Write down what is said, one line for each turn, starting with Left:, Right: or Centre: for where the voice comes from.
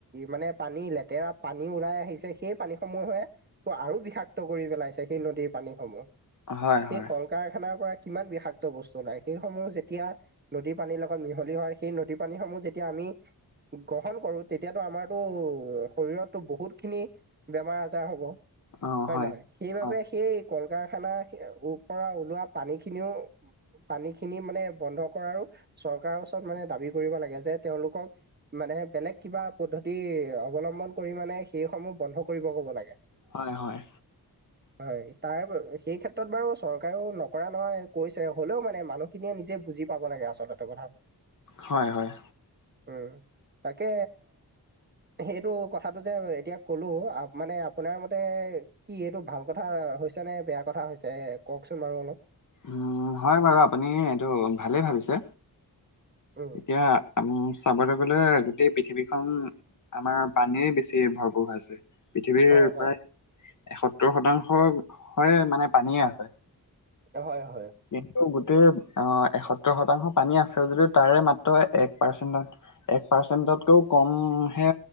Right: মানে পানী, লেতেৰা পানী ওলাই আহিছে সেই পানীসমূহে ত' আৰু বিষাক্ত কৰি পেলাইছে সেই নদীৰ পানীসমূহ।
Left: হয় হয় হয়
Right: সেই কল কাৰখানাৰ পৰা কিমান বিষাক্ত বস্তু ওলাই সেইসমূহ যে তিয়া নদীৰ পানীৰ লগত মিহলি হয় সেই নদী পানী সমূহ যেতিয়া আমি গ্ৰহণ কৰোঁ তেতিয়াতো আমাৰতো শৰীৰতো বহুতখিনি বেমাৰ আজাৰ হ'ব হয়
Left: অ
Right: নহয়? সেইবাবে
Left: হয়
Right: সেই কল কাৰখানা পৰা ওলোৱা পানী খিনিও পানীখিনি মানে বন্ধ কৰাৰো চৰকাৰৰ ওচৰত মানে দাবী কৰিব লাগে যে তেওঁলোকক মানে বেলেগ কিবা পদ্ধতি অৱলম্বন কৰি মানে সেইসমূহ বন্ধ কৰিব ক'ব লাগে।
Left: হয় হয়।
Right: <unintelligible> হয়। তাৰ সেই ক্ষেত্ৰত বাৰু চৰকাৰেও নকৰা নহয় কৈছে হ'লেও মানে মানুহখিনিয়ে নিজে বুজি পাব লাগে আচলতে কথা
Left: হয় হয়।
Right: উম, তাকে সেইটো কথাটো যে এতিয়া ক'লোঁ আ, মানে আপোনাৰ মতে কি এইটো ভাল কথা হৈছে নে বেয়া কথা হৈছে কওকচোন বাৰু অলপ।
Left: উম, হয় বাৰু, আপুনি এইটো ভালেই ভাবিছে।
Right: উম।
Left: এতিয়া চাবলৈ গ'লে গোটেই পৃথিৱীখন আমাৰ পানীৰে বেছি ভৰপূৰ হৈছে। পৃথিৱীৰ
Right: হয়, হয়,
Left: প্ৰায় এসত্তৰ শতাংশ, হয় মানে পানীয়ে আছে।
Right: হয় হয়।
Left: কিন্তু গোটেই আহ, এসত্তৰ শতাংশ পানী আছে যদিও তাৰে মাত্ৰ এক পাৰ্চেন্টত এক পাৰ্চেণ্টতকৈও কমহে